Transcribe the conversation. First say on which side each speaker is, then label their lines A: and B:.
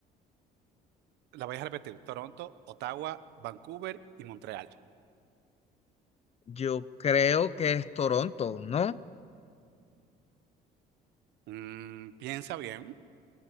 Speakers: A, on the right; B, on the left.
A: La voy a repetir. Toronto, Ottawa, Vancouver y Montreal.
B: Yo creo que es Toronto, ¿no?
A: Mm, piensa bien.